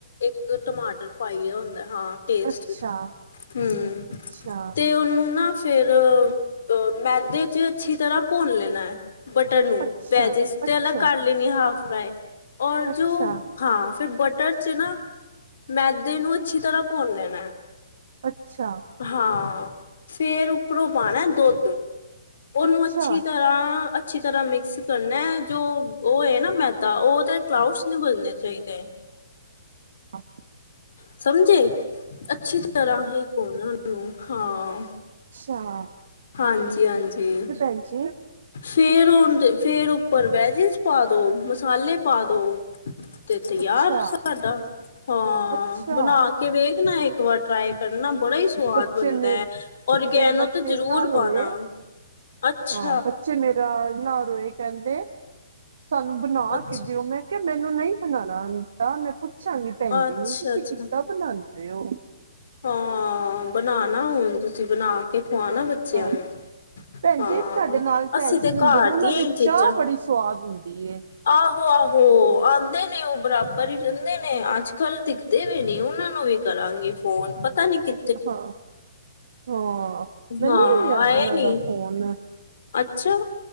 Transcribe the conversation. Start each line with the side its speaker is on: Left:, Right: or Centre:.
Left: ਇੱਕ ਟਮਾਟਰ ਪਾਈ ਦਾ ਹੁੰਦਾ ਹਾਂ। ਟੇਸਟ,
Right: ਅੱਛਾ,
Left: ਹਮ
Right: ਅੱਛਾ,
Left: ਤੇ ਉਹਨੂੰ ਨਾ ਫੇਰ ਅ ਮੈਦੇ 'ਚ ਅੱਛੀ ਤਰ੍ਹਾਂ ਭੁੰਨ ਲੈਣੈ। ਬਟਰ ਨੂੰ
Right: ਅੱਛਾ,
Left: ਵੈਜਸ ਤੇ
Right: ਅੱਛਾ,
Left: ਅਲੱਗ ਕਰ ਲੈਣੀ ਹਾਫ਼ ਫਰਾਇ ਔਰ
Right: ਅੱਛਾ।
Left: ਜੋ ਹਾਂ ਫਿਰ ਬਟਰ 'ਚ ਨਾ ਮੈਦੇ ਨੂੰ ਅੱਛੀ ਤਰ੍ਹਾਂ ਭੁੰਨ ਲੈਣੈ।
Right: ਅੱਛਾ।
Left: ਹਾਂ ਫੇਰ ਉੱਪਰੋਂ ਪਾਉਣਾ ਦੁੱਧ ਉਹਨੂੰ
Right: ਅੱਛਾ,
Left: ਅੱਛੀ ਤਰ੍ਹਾ ਅੱਛੀ ਤਰ੍ਹਾਂ ਮਿਕਸ ਕਰਨਾ ਜੋ ਉਹ ਹੈ ਨਾ ਮੈਦਾ ਉਹਦੇ ਕਲਾਉਡਸ ਨਹੀਂ ਬਦਣੇ ਚਾਹੀਦੇ।
Right: <inaudible>
Left: ਸਮਝੇ ਅੱਛੀ ਤਰ੍ਹਾਂ ਹੀ ਕੋ ਨੂੰ ਹਾਂ
Right: ਆ
Left: ਹਾਂਜੀ, ਹਾਂਜੀ।
Right: ਹਾਂਜੀ।
Left: ਫੇਰ ਫੇਰ ਉੱਪਰ ਵੈਜਸ ਪਾ ਦੋ ਮਸਾਲੇ ਪਾ ਦੋ ਤੇ ਤੇ ਯਾਰ
Right: ਅੱਛਾ,
Left: ਸਾਡਾ ਹਾਂ
Right: ਅੱਛਾ
Left: ਬਣਾ ਕੇ ਵੇਖ ਨਾ ਇੱਕ ਵਾਰ ਟਰਾਈ ਕਰਨਾ ਬੜਾ ਹੀ ਸਵਾਦ
Right: ਬੱਚੇ
Left: ਬਣਦਾ
Right: ਮੇਰੇ
Left: ਹੈ ਔਰਗੈਨੋ
Right: ਮੇਰੇ ਬੱਚੇ
Left: ਤਾਂ ਜ਼ਰੂਰ
Right: ਇੰਨਾ ਰੋਏ
Left: ਪਾਉਣਾ। ਅੱਛ।
Right: ਹਾਂ ਬੱਚੇ ਮੇਰਾ ਨਾ ਰੋਏ ਕਹਿੰਦੇ ਸਾਨੂੰ ਬਣਾ
Left: ਅੱਛ
Right: ਕਿ ਦਿਓ ਮੈਂ ਮੈਨੂੰ ਨਹੀਂ ਬਣਾਉਣਾ ਆੳਦਾ ਮੈਂ ਪੁੱਛਾਂਗੀ ਭੈਣ
Left: ਅੱਛਾ
Right: ਜੀ ਨੂੰ ਤੁਸੀਂ
Left: ਅੱਛਾ।
Right: ਕਿੱਦਾਂ ਬਣਾਉਂਦੇ ਹੋ।
Left: ਹਾਂ ਬਣਾਣਾ ਹੁਣ ਤੁਸੀਂ ਬਣਾ ਕੇ ਖਵਾਣਾ ਬੱਚਿਆਂ
Right: ਹਾਂ
Left: ਨੂੰ
Right: ਭੈਣ
Left: ਹਾਂ
Right: ਜੀ ਇੱਕ ਤੁਹਾਡੇ ਨਾਲ ਭੈਣ
Left: ਅਸੀਂ ਤੇ
Right: ਜੀ ਹੁੰਦੇ
Left: ਘਰ
Right: ਨੇ ਉਹਨਾਂ
Left: ਦੀਆਂ
Right: ਦੀ
Left: ਹੀ ਚੀਜ਼ਾਂ
Right: ਚਾਹ ਬੜੀ ਸਵਾਦ ਹੁੰਦੀ ਏ।
Left: ਆਹੋ, ਆਹੋ ਆਉਂਦੇ ਨੇ ਉਹ ਬਰਾਬਰ ਹੀ ਰਹਿੰਦੇ ਨੇ ਅੱਜ ਕੱਲ੍ਹ ਤੇ ਵੀ ਨੀ ਉਹਨਾਂ ਨੂੰ ਵੀ ਕਰਾਂਗੀ ਫੋਨ ਪਤਾ ਨੀ ਕਿ
Right: ਹਾਂ, ਹਾਂ ਮੈਨੂੰ
Left: ਹਾਂ
Right: ਵੀ ਨੀ ਆਇਆ
Left: ਆਏ
Right: ਉਹਨਾਂ
Left: ਨੀ
Right: ਦਾ ਫੋਨ
Left: ਅੱਛਾ